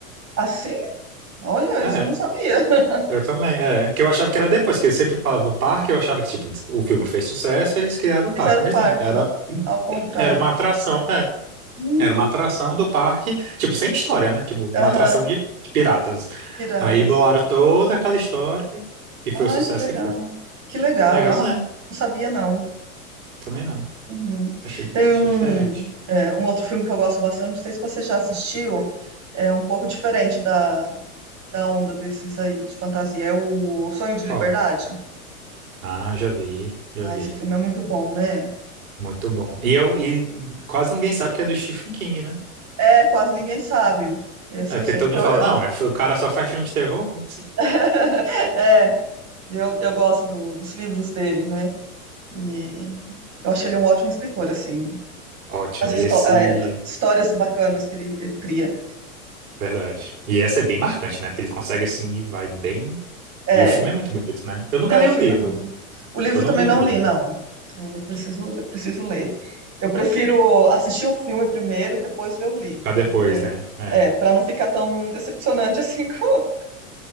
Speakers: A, on the right; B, on the right.
A: Assim? Olha, isso
B: Ah, é.
A: eu não sabia. <laughs>
B: Eu também, é. Que eu achava que era depois, que eles sempre falavam o parque, eu achava que, tipo, o filme fez sucesso, eles criaram o
A: Fizeram
B: parque, mas
A: parque,
B: não, era,
A: ao contrário.
B: era uma atração, é.
A: Hum,
B: Era uma atração do parque, tipo, sem história, né? Tipo, uma
A: Aham,
B: atração de de piratas.
A: piratas.
B: Aí bolaram toda aquela história e e
A: Ai,
B: foi o sucesso
A: que legal.
B: que foi.
A: Que legal,
B: Legal,
A: isso
B: né?
A: eu não sabia, não.
B: Também não.
A: Uhum.
B: Achei, di-
A: Tem um,
B: achei diferente.
A: é, um outro filme que eu gosto bastante, não sei se você já assistiu, é um pouco diferente da, da onda desses aí de fantasia, é o Sonho de
B: Qual?
A: Liberdade.
B: Ah, já vi, já
A: Ah,
B: vi.
A: esse filme é muito bom, né?
B: Muito bom. E, eu, e quase ninguém sabe que é do Stephen King, né?
A: É, quase ninguém sabe. Esse
B: É,
A: eu
B: porque
A: sei,
B: todo
A: porque
B: mundo
A: eu,
B: fala,
A: eu-
B: não, é- o cara só faz filme de terror? Como assim?
A: <laughs> é, eu, eu gosto do- dos livros dele, né? E eu acho ele um ótimo escritor, assim.
B: Ótimo.
A: As histó-
B: E esse.
A: é, histórias bacanas que ele, ele cria.
B: Verdade. E essa é bem marcante, né? Porque ele consegue assim e vai bem.
A: É,
B: E o filme é muito bonito, né? Eu nunca
A: é,
B: li
A: o filme
B: o livro.
A: é muito. O livro
B: Eu não
A: também
B: li
A: não
B: o livro.
A: li, não. É, eu preciso, le- preciso ler. Eu prefiro assistir o filme primeiro e depois ler o livro,
B: Pra depois,
A: porque
B: né? É.
A: é, para não ficar tão decepcionante assim, <laughs> com-